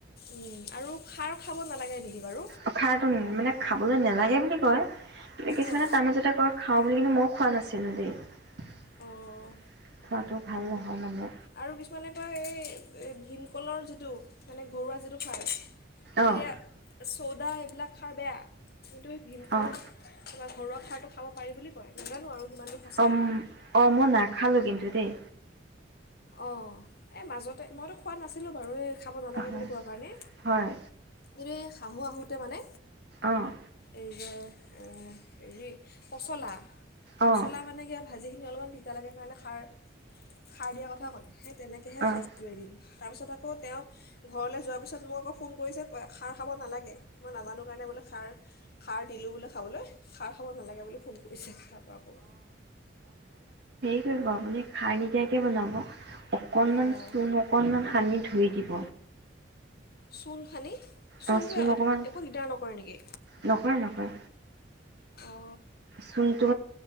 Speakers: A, on the left (about 55°); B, on the right (about 60°).
A: উম আৰু খাৰ খাব নালাগে নেকি বাৰু?
B: অ খাৰটো মানে খাবলৈ নেলাগে বুলি কয়। কিন্তু কিছুমানে
A: অঁ
B: তাৰমাজতে ক খাওঁ বুলি কিন্তু মই খোৱা নাছিলো দেই খোৱাটো
A: অঁ
B: ভাল নহয় মানে।
A: আৰু কিছুমানে কয় এই ভীমকলৰ যিটো মানে ঘৰুৱা যিটো খাৰ মে
B: অ',
A: চৌদা এইবিলাক খাৰ বেয়া। কিন্তু এই ভীমকলৰ
B: অ',
A: কিবা ঘৰুৱা খৰটো খাব পাৰি বুলি কয় নাজানো আৰু কিমানটো সঁচা
B: অ অ মই নাখালো কিন্তু দেই।
A: অ এই মাজতে মইতো খোৱা নাছিলো বাৰু এই খাব নালাগে
B: হয়,
A: বুলি কোৱা কাৰণে
B: হয়,
A: সেইটোৱে শাহু আহোঁতে মানে
B: অ',
A: এইবা হেৰি পচলা পচলা
B: অ',
A: মানে কি ভাজি অলপমান দিগদাৰ লাগে মানে কাৰণে সাৰ সাৰ দিয়া কথা কিয় কৰে? সেই তেনেকেহে
B: অ',
A: খাইছিলোঁ
B: অ',
A: এদিন। তাৰপিছত আকৌ তেওঁ ঘৰলৈ যোৱাৰ পিছত মোক আকৌ ফোন কৰিছে খাৰ খাব নালাগে মই নাজানো কাৰণে বোলে খাৰ খাৰ দিলোঁ বোলে খাবলৈ চাহ খাব নালাগে বুলি ফোন কৰিছে তাৰ পৰা আকৌ
B: কি আপুনি খাই নকিয়াকৈ বনাব অকণমান
A: অঁ
B: চূণ অকনমান সানি ধুই দিব
A: চূণসানি চোনটো
B: অ', চূণ অকণমান
A: একো দিগদাৰ নকৰে নেকি
B: নকৰে নকৰে
A: অ
B: চূণটো